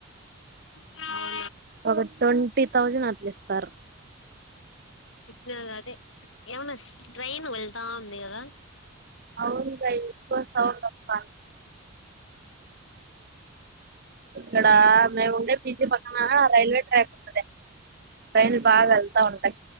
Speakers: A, on the left; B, on the right.
A: అ
B: ఒక ట్వంటీ థౌజండ్ అట్ల ఇస్తారు
A: ఇప్పుడు నాది అదే ఏమన్నా ట్రైన్ వెళ్తా ఉంది కదా
B: అవును ట్రైన్ <unintelligible> సౌండ్ వస్తంది ఇక్కడ మేము ఉండే పిజి పక్కన రైల్వే ట్రాక్ ఉంటుంది టైన్లు బాగా వెళ్తా ఉంటాయి